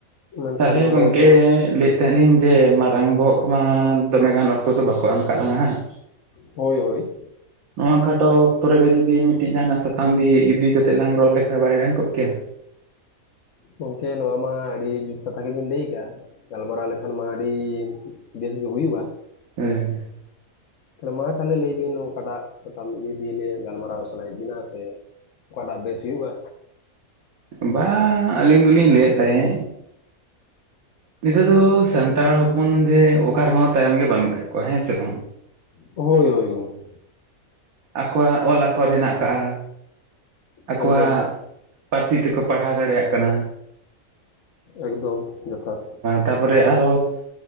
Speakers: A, on the left (about 65°); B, on the right (about 80°).
A: ᱢᱮᱱᱠᱷᱟᱱ
B: ᱛᱟᱞᱦᱮ
A: ᱱᱚᱰᱮ
B: ᱜᱚᱝᱠᱮ
A: ᱫᱚ
B: ᱞᱟᱹᱭ ᱛᱮᱦᱮᱞᱤᱧ ᱡᱮ ᱢᱟᱨᱟᱝ ᱵᱚᱦᱚᱜ ᱠᱚᱢᱟ ᱫᱚᱢᱮ ᱜᱟᱱ ᱚᱠᱛᱚ ᱫᱚ ᱵᱟᱠᱚ ᱮᱢ ᱠᱟᱜ ᱞᱟᱝᱟ ᱦᱟᱸᱜ᱾
A: ᱦᱳᱭ ᱦᱳᱭ᱾
B: ᱱᱚᱣᱟ ᱠᱷᱟᱴᱚ ᱚᱠᱛᱚ ᱨᱮᱜᱮ ᱡᱩᱫᱤ ᱢᱤᱫᱴᱤᱡ ᱡᱟᱦᱟᱱᱟᱜ ᱥᱟᱛᱟᱢ ᱫᱤᱭᱤ ᱤᱫᱤ ᱠᱟᱛᱮᱜ ᱞᱟᱝ ᱨᱚᱜ ᱞᱮᱠᱷᱟᱡ ᱵᱟᱭ ᱜᱟᱱ ᱠᱚᱜ ᱠᱮᱭᱟ᱾
A: ᱜᱚᱝᱠᱮ ᱱᱚᱣᱟ ᱢᱟ ᱟᱹᱰᱤ ᱡᱩᱛ ᱠᱟᱛᱷᱟ ᱜᱮᱵᱤᱱ ᱞᱟᱹᱭ ᱟᱠᱟᱜᱼᱟ᱾ ᱜᱟᱞᱢᱟᱨᱟᱣ ᱞᱮᱠᱷᱟᱱ ᱢᱟ ᱟᱹᱰᱤ ᱵᱮᱥ ᱜᱮ ᱦᱩᱭᱩᱜ-ᱟ᱾
B: ᱦᱮᱸ᱾
A: ᱛᱟᱞᱦᱮ ᱢᱟ ᱛᱟᱞᱦᱮ ᱞᱟᱹᱭ ᱵᱤᱱ ᱚᱠᱟᱴᱟᱜ ᱥᱟᱛᱟᱢ ᱤᱫᱤ ᱞᱤᱭᱮ ᱜᱟᱞᱢᱟᱨᱟᱣ ᱥᱟᱱᱟᱭᱮᱜ ᱵᱤᱱᱟ ᱥᱮ ᱚᱠᱟᱴᱟᱜ ᱵᱮᱥ ᱦᱩᱭᱩᱜᱼᱟ᱾
B: ᱵᱟᱝᱟ ᱟᱹᱞᱤᱧ ᱫᱩᱞᱤᱧ ᱞᱟᱹᱭᱮᱜ ᱛᱟᱦᱮᱸᱜ ᱱᱤᱛᱚᱜ ᱫᱚ ᱥᱟᱱᱛᱟᱲ ᱦᱚᱯᱚᱱ ᱡᱮ ᱚᱠᱟ ᱨᱮᱦᱚᱸ ᱛᱟᱭᱚᱢ ᱜᱮ ᱵᱟᱹᱱᱩᱜ ᱟᱠᱟᱜ ᱠᱚᱣᱟ ᱦᱮᱸ ᱥᱮ ᱵᱟᱝ?
A: ᱦᱳᱭ ᱦᱳᱭ ᱜᱚᱝᱠᱮ᱾
B: ᱟᱠᱚᱣᱟᱜ ᱚᱞ ᱟᱠᱷᱚᱨ ᱦᱮᱱᱟᱜ ᱟᱠᱟᱜᱼᱟ᱾ ᱟᱠᱚᱣᱟᱜ
A: ᱮᱠᱫᱚᱢ
B: ᱯᱟᱹᱨᱥᱤ ᱛᱮᱠᱚ ᱯᱟᱲᱦᱟᱣ ᱫᱟᱲᱮᱭᱟᱜ ᱠᱟᱱᱟ᱾
A: ᱮᱠᱫᱚᱢ ᱡᱚᱛᱷᱟᱛ᱾
B: ᱛᱟᱯᱚᱨᱮ ᱟᱨᱦᱚ